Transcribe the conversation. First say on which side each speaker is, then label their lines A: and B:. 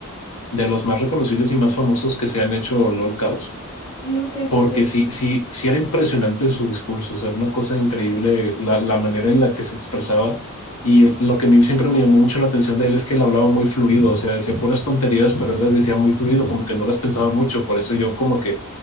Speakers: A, on the left; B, on the left.
A: de los más reconocibles y más famosos que se han hecho LOL Caos
B: Ujú, Sí,
A: porque
B: sí, sí.
A: sí, sí, sí era impresionante su discurso, o sea, era una cosa increíble la, la manera en la que se expresaba. Y lo que a mí siempre me llamó mucho la atención de él es que él hablaba muy fluido, o sea, decía puras tonterías, pero él las decía muy fluido, como que no las pensaba mucho. Por eso yo como que,